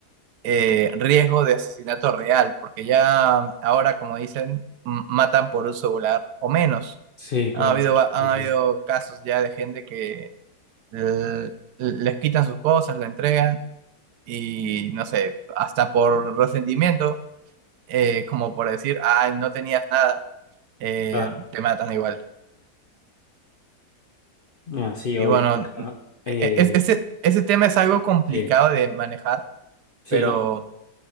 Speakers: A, on the right; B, on the left.
A: eh, riesgo de asesinato real, porque ya ahora, como dicen, m- matan por un celular o menos.
B: sí, claro.
A: Ha habido, va- han
B: sí, sí.
A: habido casos ya de gente que eh, les quitan sus cosas, la entregan y, no sé, hasta por resentimiento eh, como por decir, ah, no tenías nada, eh,
B: Claro.
A: te matan igual.
B: Ah, sí,
A: Y
B: obvio.
A: bueno,
B: Acá, eh,
A: e- e- ese, ese tema es algo complicado
B: sí,
A: de manejar,
B: sí,
A: pero
B: no.